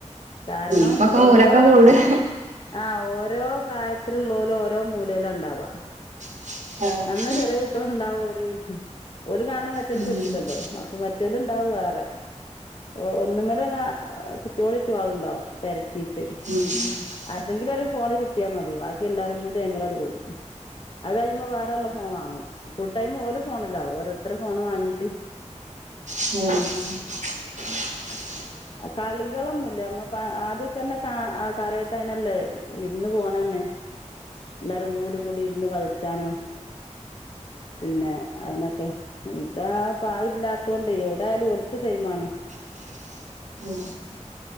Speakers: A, on the left (about 45°); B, on the right (about 75°).
A: കാരണം
B: ഇപ്പൊക്കെ
A: ഓരോ
B: മൂലൊക്കെ കൂടും
A: ആഹ് ഓരോ പ്രായത്തിലുളേളാല് ഓരോ മൂലെലാണ്ടാവാ
B: <unintelligible> ആഹ് <unintelligible>
A: ന്നാ ചെറിയെ കുട്ടോൾ ണ്ടാവും ഒര് ഹ് ഓല് കാണ് ണെ മറ്റൊല്ക്ക്
B: നിങ്ങളെ
A: പറ്റുല്ലല്ലോ അപ്പൊ മറ്റോല് ണ്ടാവും വേറെ ഓ ഒന്നുമേലെന്നെ ചുറ്റോട്റ്റും ആള്ണ്ടാവും തെരക്കിട്ട്
B: ഉം
A: ആര്തെങ്കിലൊരു ഒരു ഫോണ് കിട്ടിയാമതി ബാക്കി എല്ലാരും കൂടി അയ്മലാണ്ട് കൂടും. അത് കഴിയുമ്പോ വേറെള്ള ഫോം വാങ്ങും. ഫുൾ ടൈം ഓല് ഫോണിലാവും ഓരോര്ത്തരെ ഫോണ് വാങ്ങീട്ട്
B: ഏഹ്
A: കളികളൊന്നുല്ല്യ മ്മള് ഇപ്പ ആദ്യൊക്കെ തന്നെ കാ കാര്യായിട്ട് അയ്നല്ലേ വിരുന്ന് പോണെന്നെ എല്ലാവരും കൂടി കൂടി ഇരുന്ന് കളിച്ചാനും പിന്നെ അയ്നൊക്കെ ഇതാ പാവില്ലാത്തോണ്ടേയ് എവിടൊയാലും ഓല്ക്ക് സെയിമാണ്.
B: <inaudible> ഉം